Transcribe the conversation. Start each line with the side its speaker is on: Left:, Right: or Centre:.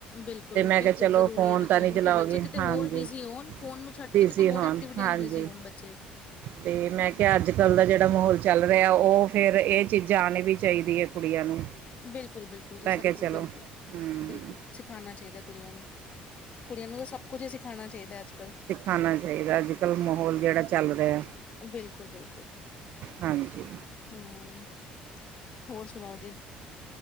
Left: ਬਿਲਕੁਲ,
Right: ਤੇ ਮੈਂ
Left: ਬਿਲਕੁਲ
Right: ਕਿਹਾ ਚਲੋ
Left: ਜ਼ਰੂਰੀ
Right: ਫੋਨ
Left: ਹੈ ਬੱਚਿਆਂ
Right: ਤਾਂ ਨਹੀਂੀ
Left: ਨੂੰ
Right: ਚਲਾਓਗੇ
Left: ਕਿ ਬੱਚੇ ਕਿਤੇ
Right: ਹਾਂਜੀ
Left: ਹੋਰ ਬਿਜ਼ੀ ਹੋਣ, ਫੋਨ ਨੂੰ ਛੱਡ
Right: ਡੀ
Left: ਕੇ ਕਿਤੇ
Right: ਸੀ
Left: ਹੋਰ
Right: ਹੋਣ
Left: ਐਕਟੀਵਿਟੀਆਂ
Right: ਹਾਂਜੀ
Left: 'ਚ ਬਿਜ਼ੀ ਹੋਣ ਬੱਚੇ।
Right: ਤੇ ਮੈਂ ਕਿਹਾ ਅੱਜ ਕੱਲ ਦਾ ਜਿਹੜਾ ਮਾਹੌਲ ਚੱਲ ਰਿਹਾ ਉਹ ਫੇਿਰ ਇਹ ਚੀਜ਼ਾਂ ਆਉਣੀ ਵੀ ਚਾਹੀਦੀ ਹੈ ਕੁੜੀਆਂ ਨੂੰ
Left: ਬਿਲਕੁਲ ਬਿਲਕੁਲ ਜੀ
Right: ਲੈ
Left: ਸਭ
Right: ਕੇ ਚਲੋ
Left: ਕੁਛ ਬਿਲਕੁਲ
Right: ਹਮ
Left: ਬਿਲਕੁਲ ਸਿਖਾਣਾ ਚਾਹੀਦਾ ਕੁੜੀਆਂ ਨੂੰ ਕੁੜੀਆਂ ਨੂੰ ਤਾਂ ਸਭ ਕੁੱਝ ਹੀ ਸਿਖਾਣਾ ਚਾਹੀਦਾ ਅੱ
Right: ਸਿਖਾਣਾ ਚਾਹੀਦਾ ਅੱਜ ਕਲ੍ਹ ਮਾਹੌਲ ਜਿਹੜਾ ਚੱਲ ਰਿਹਾ
Left: ਬਿਲਕੁਲ, ਬਿਲਕੁਲ
Right: ਹਾਂਜੀ
Left: ਹੂੰ, ਹੋਰ ਸੁਣਾਓ ਜੀ